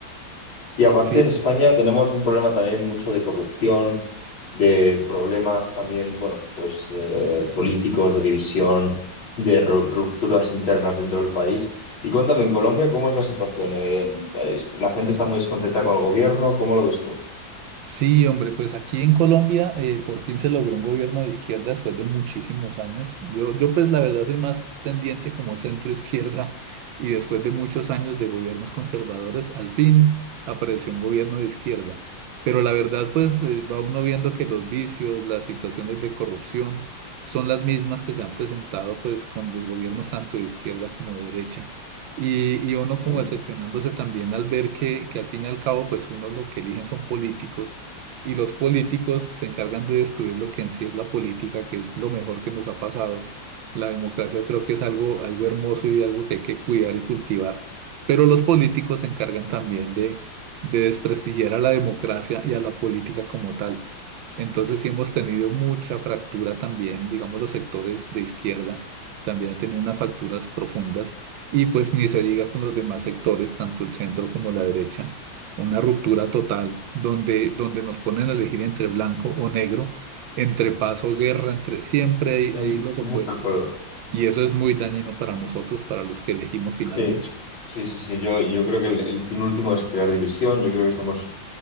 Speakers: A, on the left; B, on the right.
A: Y aparte
B: sí
A: en España tenemos un problema también mucho de corrupción, de problemas también, bueno, pues eh, políticos, de división, de ru- rupturas internas dentro del país. Y cuéntame, en Colombia, ¿cómo es la situación? Eh, es- la gente está muy descontenta con el gobierno, ¿cómo lo ves tú?
B: Sí, hombre, pues aquí en Colombia eh, por fin se logró un gobierno de izquierda después de muchísimos años. Yo, yo pues la verdad soy más tendiente como centro izquierda <laughs> y después de muchos años de gobiernos conservadores, al fin apareció un gobierno de izquierda. Pero la verdad pues eh, va uno viendo que los vicios, las situaciones de corrupción son las mismas que se han presentado pues con los gobiernos tanto de izquierda como de derecha. Y, y uno
A: Ujú.
B: como decepcionándose también al ver que, que al fin y al cabo, pues uno lo que eligen son políticos y los políticos se encargan de destruir lo que en sí es la política, que es lo mejor que nos ha pasado. La democracia yo creo que es algo, algo hermoso y algo que hay que cuidar y cultivar, pero los políticos se encargan también de, de desprestigiar a la democracia y a la política como tal. Entonces sí hemos tenido mucha fractura también, digamos, los sectores de izquierda también han tenido unas fracturas profundas y pues ni se diga con los demás sectores, tanto el centro como la derecha, una ruptura total donde, donde nos ponen a elegir entre blanco o negro, entre paz o guerra, entre siempre hay,
A: Em,
B: hay los opuestos.
A: Muy de acuerdo.
B: Y eso es muy dañino para nosotros, para los que elegimos finalmente.
A: Sí, sí, sí, sí. Yo, yo creo que el, el fin último es crear división. Yo creo que estamos